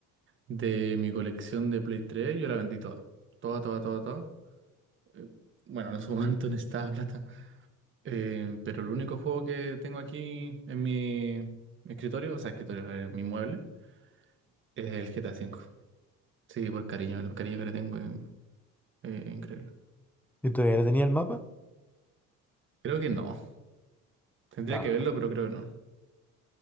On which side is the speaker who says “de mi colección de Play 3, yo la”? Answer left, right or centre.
Right